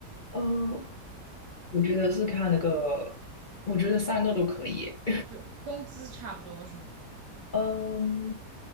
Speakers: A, on the left; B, on the right.
A: 呃，我觉得是看那个，我觉得三个都可以。
B: 就工资差不多是吗？
A: 嗯，